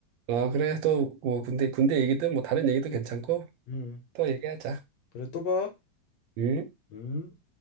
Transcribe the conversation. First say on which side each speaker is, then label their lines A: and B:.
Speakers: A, on the right; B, on the left.
A: 아, 그래, 또, 뭐, 군대, 군대 얘기든 뭐, 다른 얘기도 괜찮고,
B: 음.
A: 또 얘기하자.
B: 그래, 또 봐.
A: 응?
B: 음.